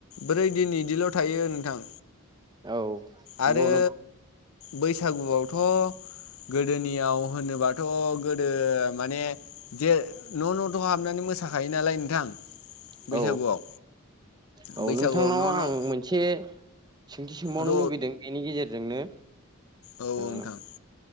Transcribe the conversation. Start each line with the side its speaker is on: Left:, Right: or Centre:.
Left: ब्रै दिन इदिल थायो नोंथां
Right: औ नंगौ
Left: आरो
Right: नो
Left: बैसागुआवथ गोदोनियाव होनोबाथ गोदो माने जे न न थ हाबनानै मोसाखा खायो नालाय नोंथां बैसागुआव
Right: औ औ
Left: बैसागुआव
Right: नोंथांनाव
Left: न'
Right: आं
Left: न'
Right: मोनसे सोंथि सोंबावनो
Left: र'
Right: लुुबैदों बेनि गेजेर जोंनो
Left: औ
Right: ओ
Left: नोंथां